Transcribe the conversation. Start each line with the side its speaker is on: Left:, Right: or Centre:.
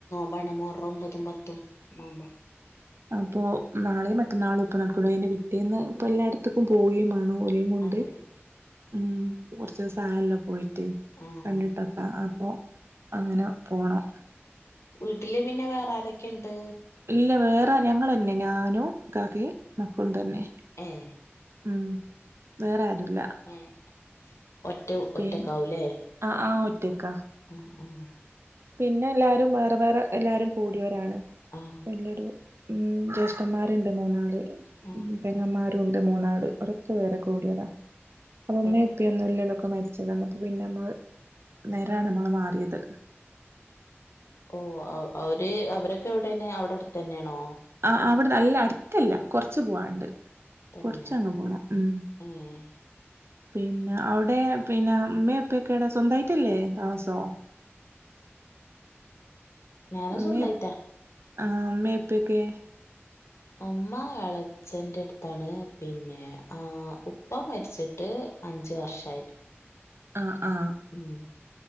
Left: ഇബട മുഹറം ഒമ്പതും പത്തും നോമ്പാ
Right: അപ്പോൾ നാളെയും മറ്റന്നാളും ഇപ്പൾ നടക്കുളു അതിൻ്റെ പിറ്റേന്ന് പ്പ എല്ലായിടത്തേക്കും പോയേ മാ ണോം <unintelligible> കൊണ്ട്
Left: അതെ
Right: ഉ കുറച്ച ദിവസ ആയല്ലോ പോയിട്ട്
Left: ആഹ്
Right: കണ്ടിട്ടപ്പ അപ്പോൾ അങ്ങനെ പോണം
Left: വീട്ടില് പിന്നെ വേറെ ആരൊക്കെയുണ്ട്
Right: ഇല്ല വേറെ ആരും ഞങ്ങ തന്നെ ഞാനും ഇക്കാക്ക യും മക്കളും തന്നെ
Left: ഏഹ്
Right: ഉം വേറെ ആരുല്ല
Left: ഏഹ് ഒറ്റ
Right: പിന്നെ
Left: ഒറ്റക്കാവൂലേ
Right: ആ ആ ഒറ്റക്ക
Left: ആഹ് ആഹ്
Right: പിന്നെ എല്ലാരും വേറെ വേറെ എല്ലാരും കൂടിയവരാണ്
Left: ആഹ്
Right: വല്ലൊരു ഉ ജ്യേഷ്ഠന്മാരുണ്ട് മൂന്നാള്
Left: ആഹ്
Right: ഉം പെങ്ങന്മാരുണ്ട് മൂന്നാള്ഒരൊക്കെ വേറെ കൂടിയതാ അവിടെ ഉമ്മയും
Left: ഓ
Right: ഉപ്പയും ഒന്നുംല്ലല്ലോ മരിച്ചത് തന്നപ്പോ പിന്നെ നമ്മള് നേരാണ് നമ്മള് മാറിയത്
Left: ഓ അവര് അവരൊക്കെ എവിടെന്നെ അവിടെ അടുത്ത് തന്നെയാണോ
Right: ആ അവിടെ നല്ല അടുത്തല്ല കൊറച്ച് പോവാണ്ട്
Left: തന്നെ
Right: കൊറച്ചങ്ങ പോണം ഉം
Left: ഏഹ്
Right: പിന്നെ അവിടെ പിന്നെ ഉമ്മേംഉപ്പൊക്കെടെ സ്വന്തമായിട്ടല്ലേ താമസോം
Left: ഞാനാ
Right: ഉമ്മേ
Left: സ്വന്തായിട്ടാ
Right: ആ ഉമ്മേം ഉപ്പേക്കേ
Left: ഉമ്മ എളച്ചന്റെ അടുത്താണ് പിന്നെ ഉപ്പ മരിച്ചിട്ട് <unintelligible> അഞ്ച് വർഷായി
Right: ആ ആ
Left: ഉം